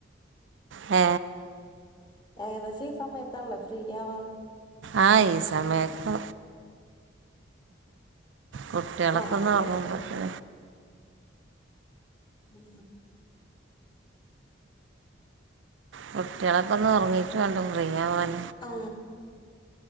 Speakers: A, on the right; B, on the left.
A: ഏ
B: ഏകദേശം ഈ സമയത്താണല്ലെ ഫ്രീയാവാ
A: ആ ഈ സമയത്ത് കുട്ടികളൊക്ക
B: ഞാന്
A: ഒന്നു ഉങ്ങുമ്പത്തേ
B: ഉം
A: കുട്ടികളൊക്കെ ഒന്നും ഉറങ്ങീട്ട് വേണ്ട ഫ്രീയാവാൻ
B: ആ